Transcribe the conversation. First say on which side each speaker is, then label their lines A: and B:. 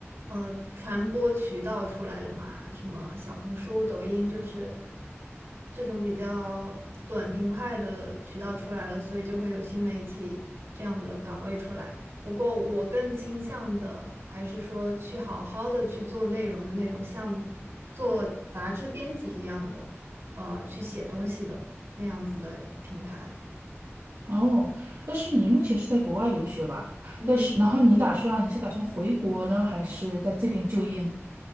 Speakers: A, on the right; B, on the right.
A: 呃传播渠道出来了嘛，什么小红书、抖音，就是这种比较短平快的渠道出来了，所以就会有新媒体这样的岗位出来。不过我更倾向的还是说去好好的去做内容的那种，像做杂志编辑一样的，呃，去写东西的那样子的平台。
B: 哦，但是你目前是在国外留学吧？
A: 嗯，
B: 但是，然后你打算你是打算回国呢，还是在这边就业呢？